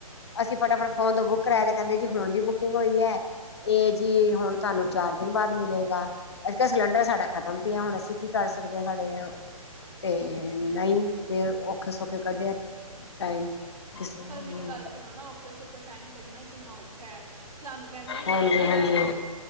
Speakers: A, on the left; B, on the right.
A: ਅਸੀਂ ਫਟਾਫਟ ਫੋਨ ਤੋਂ ਬੁੱਕ ਕਰਾਇਆ ਤੇ ਕਹਿੰਦੇ ਜੀ ਹੋਣ ਦੀ ਬੁਕਿੰਗ ਹੋਈ ਐ। ਇਹ ਜੀ ਹੁਣ ਤੁਹਾਨੂੰ ਚਾਰ ਦਿਨ ਬਾਅਦ ਮਿਲੇਗਾ। ਅਸੀ ਕਿਹਾ ਸਿਲੰਡਰ ਸਾਡਾ ਖ਼ਤਮ ਪਿਆ, ਹੁਣ ਅਸੀਂ ਕੀ ਕਰ ਸਕਦੇ ਹਾਂ ਸਾਡੇ ਤੇ ਨਹੀਂ ਫਿਰ ਔਖੇ-ਸੌਖੇ ਕੱਢਿਆ ਟਾਈਮ। ਕਿਸੇ ਹੂੰ
B: ਪਰ ਮੇਰੀ ਗੱਲ ਸੁਣੋ ਨਾ ਔਖੇ-ਸੌਖੇ ਟਾਈਮ ਕੱਢਣਾ ਕਿੰਨਾ ਔਖਾ ਐ? ਸਾਨੂੰ ਕਹਿੰਦੇ ਇੰਡਕਸ਼ਨ
A: ਹਾਂਜੀ ਹਾਂਜੀ
B: ਲੈ ਲਓ।